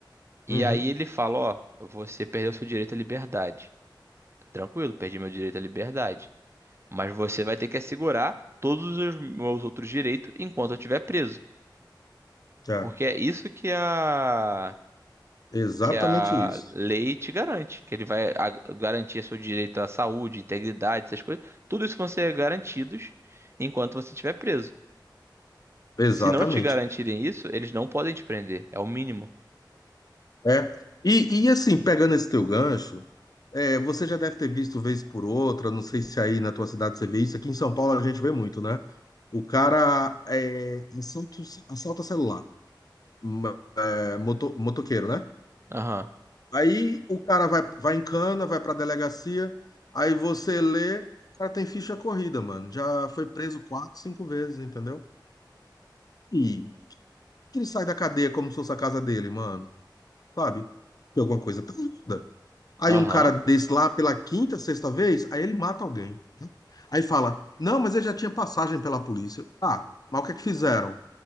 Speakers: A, on the right (about 35°); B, on the left (about 50°).
A: E
B: Uhum.
A: aí ele fala, ó, você perdeu seu direito à liberdade. Tranquilo, perdi meu direito à liberdade. Mas você vai ter que assegurar todos os meus outros direitos enquanto eu estiver preso.
B: É.
A: Porque é isso que a
B: Exatamente
A: que a
B: isso.
A: lei te garante, que ele vai a- garantir seu direito à saúde, integridade, essas coisas. Tudo isso vão ser garantidos enquanto você estiver preso.
B: Exatamente.
A: Se não te garantirem isso, eles não podem te prender. É o mínimo.
B: É. E, e assim, pegando esse teu gancho. É, você já deve ter visto vez por outra, não sei se aí na tua cidade você vê isso. Aqui em São Paulo a gente vê muito, né? O cara é, assalta, assalta celular, m- é, moto, motoqueiro, né?
A: Aham,
B: Aí o cara vai, vai em cana, vai pra delegacia, aí você lê, o cara tem ficha corrida, mano. Já foi preso quatro, cinco vezes, entendeu? E ele sai da cadeia como se fosse a casa dele, mano. Sabe? Tem alguma coisa tá errada. Aí
A: aham,
B: um cara desse lá, pela quinta, sexta vez, aí ele mata alguém. né? Aí fala, não, mas ele já tinha passagem pela polícia. Ah, mas o que é que fizeram,